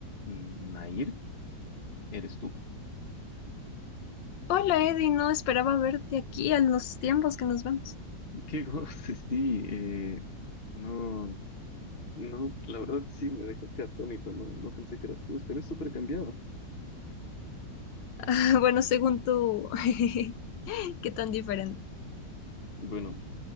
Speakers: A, on the left; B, on the left.
A: Mm, Nair, ¿eres tú?
B: Hola Eddie, no esperaba verte aquí a los tiempos que nos vemos.
A: Qué goce, sí. eh, no, no, la verdad sí me dejaste atónito, no, no pensé que eras tú. Esta vez súper cambiada.
B: <laughs> Bueno, según tú, <laughs> qué tan diferente.
A: Bueno,